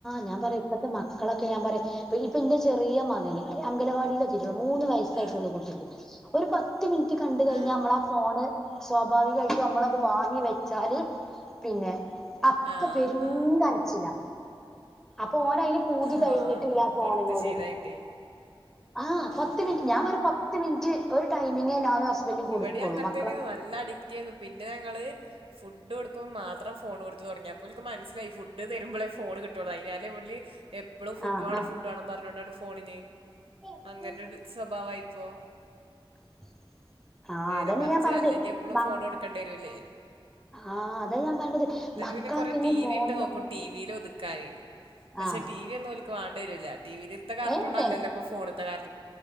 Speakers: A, in the centre; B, on the right.
A: ഞാൻ പറിം. ഇപ്പത്തെ മക്കളൊക്കെ ഞാൻ പറിം പ്പ ഇപ്പന്റെ ചെറിയ മകന് അങ്കലവാടിയിലെ മൂന്ന് വയസായിട്ടൊള്ളു
B: ആ
A: കുട്ടിക്ക് അപ്പൊര് പത്ത് മിൻറ്റ് കണ്ട് കയ്ഞ്ഞാമ്മളാ
B: ആ
A: ഫോണ് സ്വാഭാവികായിട്ടും മ്മളത് വാങ്ങി വെച്ചാല് പിന്നെ അപ്പൊ
B: ആ
A: പെരുംക്കരച്ചില
B: ആ ആ
A: പ്പൊ ഓനയ്ന് പൂതി കയ്ഞ്ഞിട്ടില്ലാ
B: ആഹ്
A: ഫോണിനോട്
B: കൊടുത്ത് ശീലായിട്ടേ
A: ആ
B: ആഹ്
A: പത്ത് മിൻറ്റ് ഞാൻ വെറും പത്ത് മിൻറ്റ് ഒര് ടൈമിങ്ങേ ഞാനും ഹസ്ബൻഡും കൊട്ക്കാെള്ളു
B: ഇവിടേം
A: മ
B: <unintelligible> നല്ല അഡിക്റ്റേന്നു പിന്നെ ഞങ്ങള് ഫുഡോടുക്കുമ്പോ മാത്രം ഫോണൊ തൊടങ്ങിയപ്പോൽക്ക് മൻസ്സിലായി ഫുഡ് തരുമ്പളേ ഫോണ് കിട്ടാെള്ളൂ അയ്നാലെവല് എപ്പളും ഫുഡ്
A: ആ
B: വാണം ഫുഡ് വാണം പറഞ്ഞോണ്ടാണ് ഫോണിന്
A: ആ
B: അങ്ങനൊരു സ്വഭാവായിപ്പൊ
A: <inaudible>
B: നേരെ
A: അതന്നെ
B: മറിച്ച്
A: ഞാൻ പറഞ്ഞത്
B: അല്ലെങ്കി എപ്പളും
A: മ
B: ഫോണാെട്ക്കണ്ട്യെരൂല്ലേ
A: ആഹ് അതാ ഞാൻ പറഞ്ഞത്
B: ന്നിട്ട്
A: മക്കളൊക്കെ
B: പിന്നെ കൊറേ
A: ഇനി
B: ടീവിട്ട്
A: ഫോണിലാ
B: നോക്കും ടീവീല് ഒത് ക്കാന് പഷേ
A: ആഹ്
B: ടീവിയൊന്നും ഓൽക്ക് വാണ്ട്യരൂല ടീവില്ത്തെ കാർട്ടൂണല്ലല്ലോ
A: ഏഹ്
B: പ്പ ഫോണ്ത്തെ കാർ